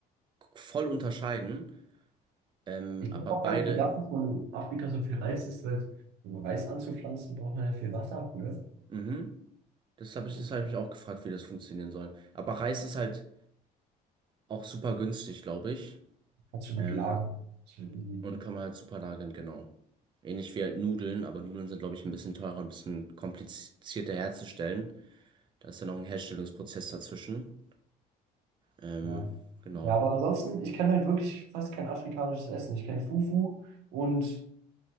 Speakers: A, on the right; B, on the right.
A: voll unterscheiden. Ähm,
B: Ich
A: aber
B: habe auch
A: beide
B: gar nicht gedacht, dass man in Afrika so viel Reis isst, weil um Reis anzupflanzen, braucht man ja viel Wasser für.
A: Mhm. Das habe
B: Also
A: ich, das habe ich mich auch gefragt, wie das funktionieren soll. Aber Reis ist halt auch super günstig, glaube ich.
B: kannst du gut
A: Ähm,
B: lagern. Ist ja easy.
A: und kann man halt super lagern, genau. Ähnlich wie halt Nudeln, aber Nudeln sind, glaube ich, ein bisschen teurer, ein bisschen komplizierter herzustellen. Da ist ja noch ein Herstellungsprozess dazwischen. Ähm,
B: Ja.
A: genau.
B: Ja, aber ansonsten, ich kenne halt wirklich fast kein afrikanisches Essen. Ich kenne Fufu und